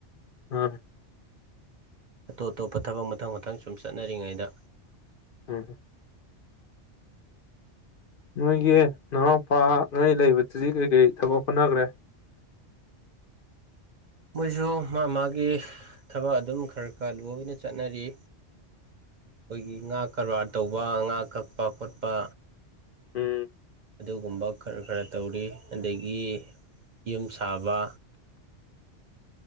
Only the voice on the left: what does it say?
ꯑꯥ
ꯎꯝ ꯅꯣꯏꯒꯤ ꯅꯅꯥꯎꯄꯥ ꯉꯩ ꯂꯩꯕꯗꯨꯗꯤ ꯀꯔꯤ ꯀꯔꯤ ꯊꯕꯛ ꯍꯣꯠꯅꯈ꯭ꯔꯦ
ꯎꯝ